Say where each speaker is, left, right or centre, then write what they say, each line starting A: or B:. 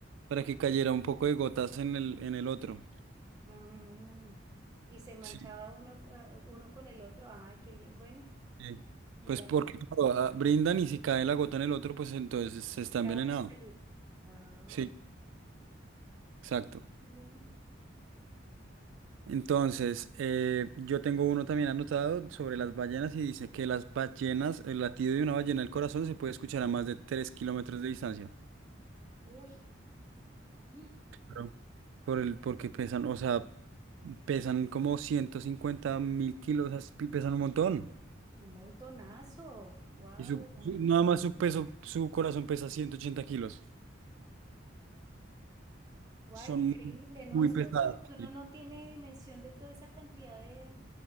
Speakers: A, on the right; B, on the right.
A: para que cayera un poco de gotas en el, en el otro.
B: Mm. Y se manchaba
A: Sí.
B: uno, ah, uno con el otro. Ay, qué lindo. Bueno,
A: sí.
B: mira,
A: Pues porque claro, ah, brindan y si cae la gota en el otro, pues entonces se está
B: era
A: envenenado.
B: buena salud. Ah,
A: Sí, exacto.
B: bien.
A: Entonces, eh, yo tengo uno también anotado sobre las ballenas y dice que las ballenas, el latido de una ballena al corazón se puede escuchar a más de 3 kilómetros de distancia.
B: Uy, mm,
A: Claro. Por el, porque pesan, o sea, pesan como ciento cincuenta mil kilos, o sea, pesan un montón.
B: un montonazo. Wow.
A: Y su, su- nada más su peso, su corazón pesa 180 kilos.
B: Guay,
A: Son
B: increíble,
A: muy,
B: ¿no?
A: muy
B: Eso
A: pesadas
B: es como que uno
A: sí,
B: no tiene dimensión de toda esa cantidad de,